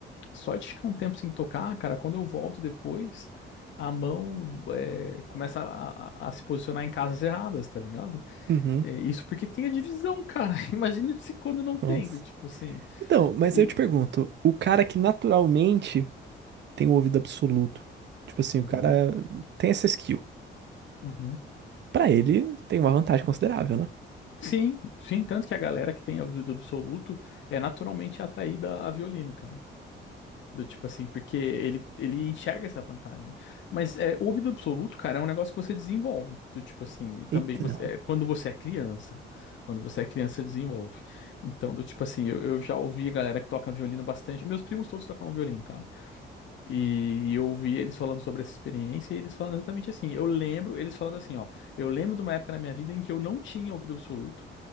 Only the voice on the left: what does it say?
Só de ficar um tempo sem tocar, cara, quando eu volto depois, a mão é, começa a, a- a se posicionar em casas erradas, tá ligado?
É, isso porque tem a divisão, cara. <laughs> Imagina se quando não tem,
do tipo assim.
E...
Uhum,
uhum.
Sim, sim, tanto que a galera que tem ouvido absoluto é naturalmente atraída a violino, cara. Do tipo assim, porque ele, ele enxerga essa vantagem. Mas é, ouvido absoluto, cara, é um negócio que você desenvolve. Do tipo assim, também
você, é, quando você é criança. Quando você é criança, você desenvolve. Então, do tipo assim, eu, eu já ouvi a galera que toca violino bastante. Meus primos todos tocam violino, cara. E eu ouvi eles falando sobre essa experiência e eles falando exatamente assim. Eu lembro, eles falando assim, ó. Eu lembro de uma época na minha vida em que eu não tinha ouvido absoluto.